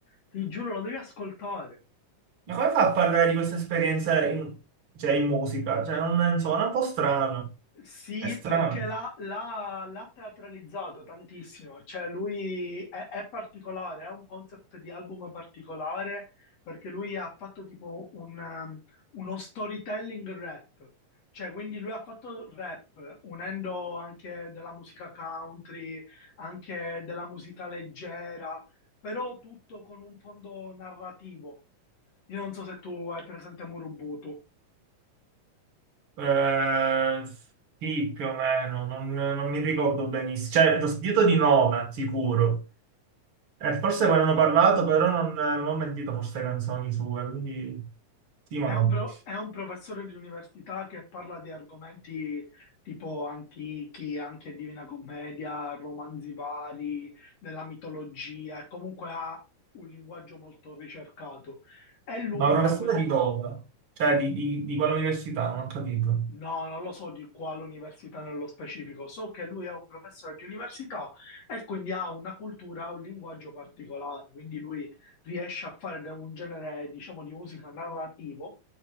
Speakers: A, on the left (about 50°); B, on the right (about 40°).
A: Ti giuro, lo devi ascoltare.
B: Ma come fa a parlare di questa esperienza in, cioè, in musica? Cioè, non, non so, è un po' strano.
A: Sì,
B: È strano.
A: perché l'ha l'ha- l'ha teatralizzato tantissimo, cioè lui è, è particolare, è un concept di album particolare perché lui ha fatto tipo un, um, uno storytelling rap, cioè quindi lui ha fatto rap unendo anche della musica country, anche della musica leggera, però tutto con un fondo narrativo. Io non so se tu hai presente Murubutu.
B: Eh, sì, più o meno, non, non mi ricordo benissimo. Cioè, l'ho sentito di nome, sicuro. E forse quando hanno parlato, però non, non ho sentito forse canzoni sue, quindi sì, ma
A: È
B: no.
A: un, pro- è un professore di università che parla di argomenti tipo antichi, anche Divina Commedia, romanzi vari, della mitologia, e comunque ha un linguaggio molto ricercato. E lui
B: Ma professore
A: fa
B: di dove? Cioè, di, di, di quale università? Non ho capito.
A: No, non lo so di quale università nello specifico. So che lui è un professore di università e quindi ha una cultura, ha un linguaggio particolare. Quindi lui riesce a fare de- un genere, diciamo, di musica narrativo,